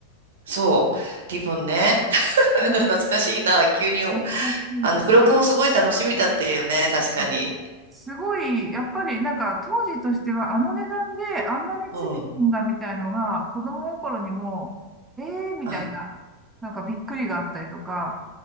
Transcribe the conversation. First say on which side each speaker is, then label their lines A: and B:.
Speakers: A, on the right; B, on the right.
A: そう。リボンね。<laughs> なんか懐かしいな。
B: <laughs>
A: 急に思う。
B: 懐かしい。
A: あの、付録もすごい楽しみだったよね。確かに。
B: あ、すごい、やっぱりなんか当時としてはあの値段であんなについてくるんだみたいのが子供心にも、
A: うん。
B: ええー、みたいな、
A: うん。
B: なんかびっくりがあったりとか、